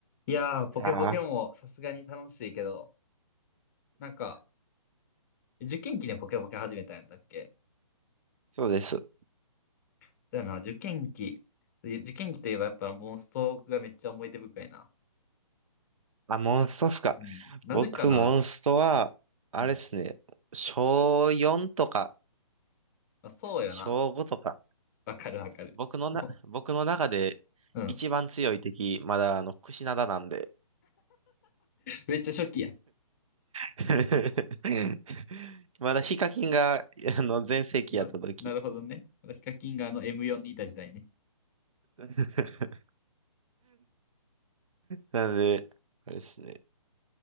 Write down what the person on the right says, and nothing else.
ああ、
そうです。
あ、モンストっすか。
僕、モンストは、あれですね、
小4とか、
小5とか、
僕のな、
僕の中で一番強い敵、
まだ、あの、クシナダなんで。
<laughs> まだヒカキンが、あの、全盛期やった時。
<laughs> なので、あれですね、